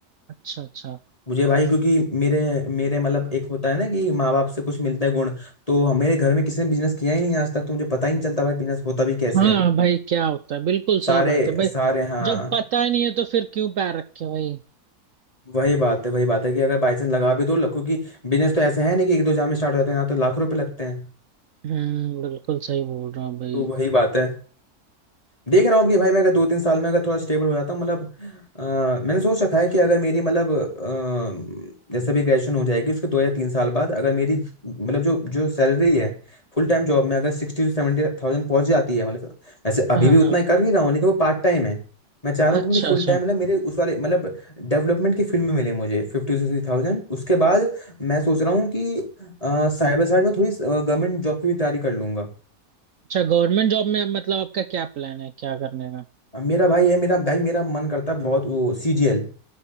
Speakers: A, on the right; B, on the left.
A: अच्छा अच्छा
B: मुझे भाई क्योंकि मेरे मेरे मतलब एक होता है ना कि माँ बाप से कुछ मिलता है गुण तो हम- मेरे घर में किसी ने बिजनेस किया ही नहीं आज तक तो मुझे पता ही नहीं चलता भाई बिजनेस होता भी कैसे
A: हाँ
B: है
A: भाई क्या होता है बिल्कुल सही
B: सारे
A: बात है भाई
B: सारे हाँ
A: जब पता ही नहीं है तो फिर क्यों पैर रखे भाई
B: वही बात है वही बात है कि अगर बाई चांस लगा भी दो क्योंकि बिजनेस तो ऐसे है नहीं कि एक दो जाम में स्टार्ट हो जाते हैं यहाँ तो लाख रुपए लगते हैं
A: हम्म बिल्कुल सही बोल रहा हूँ भाई
B: तो वही बात है देख रहा हूँ कि भाई मैं अगर दो तीन साल में अगर थोड़ा स्टेबल हो जाता हूँ मतलब अ, मैंने सोच रखा है कि अगर मेरी मतलब अ, जैसे भी ग्रेजुएशन हो जाएगी उसके दो या तीन साल बाद अगर मेरी मतलब जो जो सैलरी है फुल टाइम जॉब में अगर सिक्सटी टू सेवेंटी थाउजेंड पहुंच जाती है मतलब वैसे अभी
A: हाँ
B: भी उतना
A: हाँ
B: ही कर भी रहा हूँ लेकिन वो पार्ट टाइम है मैं चाह रहा हूँ
A: अच्छा
B: कि मुझे फुल
A: अच्छा
B: टाइम मतलब मेरे उस वाले मतलब डेवलपमेंट की फील्ड में मिले मुझे फिफ्टी टू सिक्सटी थाउजेंड उसके बाद मैं सोच रहा हूँ कि साइबर साइड में थोड़ी गवर्नमेंट जॉब की भी तैयारी कर लूंगा
A: अच्छा गवर्नमेंट जॉब में मतलब आपका क्या प्लान है क्या करने का
B: मेरा भाई है मेरा भाई मेरा मन करता है बहुत वो सीजीएल